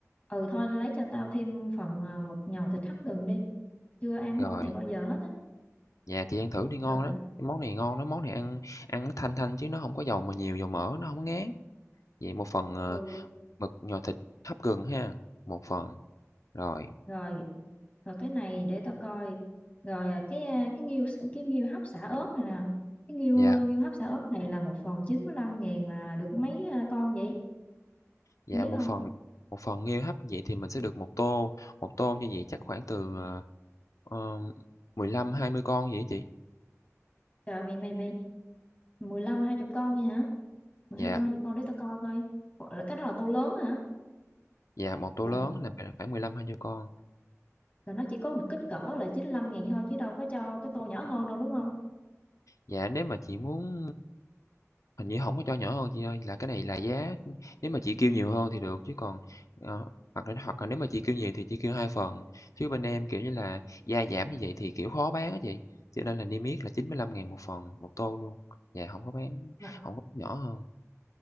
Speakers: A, on the left; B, on the left.
A: ừ thôi lấy cho tao thêm phần à, mực nhồi thịt hấp gừng đi chưa ăn
B: Rồi.
A: món này bao giờ hết á
B: Dạ, chị ăn thử đi, ngon
A: rồi
B: lắm, cái món này ngon lắm, món này ăn ăn nó thanh thanh chứ nó không có dầu mà nhiều dầu mỡ, nó không có ngán. Vậy một phần, ờ,
A: ừ
B: mực nhồi thịt hấp gừng ha, một phần, rồi,
A: rồi rồi cái này để tao coi rồi à, cái à, cái nghêu cái nghêu hấp xả ớt này nè cái nghêu
B: dạ,
A: nghêu hấp xả ớt này là một phần 95 ngàn là được mấy à, con vậy
B: dạ,
A: em biết
B: một
A: không
B: phần một phần nghêu hấp vậy thì mình sẽ được một tô, một tô như vậy chắc khoảng từ, ờ, ờ, mười lăm hai mươi con vậy á chị?
A: Trời mày mày mày mười lăm hai chục con vậy hả? mười
B: Dạ,
A: hai lăm hai chục con để tao coi coi. Bộ- Là cái đó là tô lớn hả?
B: dạ, một tô
A: Là
B: lớn là khoảng mười lăm hai mươi con.
A: là nó chỉ có một kích cỡ là 95 ngàn thôi chứ đâu có cho cái tô nhỏ hơn đâu đúng không?
B: Dạ, nếu mà chị muốn hình như không có cho nhỏ hơn chị ơi, là cái này là giá nếu mà chị kêu nhiều hơn thì được, chứ còn, ờ, hoặc là hoặc là nếu mà chị kêu nhiều thì chị kêu 2 phần, chứ bên em, kiểu như là, gia giảm như vậy thì, kiểu, khó bán á chị, cho nên là niêm yết là chín mươi lăm ngàn một phần, một tô luôn. Dạ, không có bán
A: Mà,
B: không có nhỏ hơn.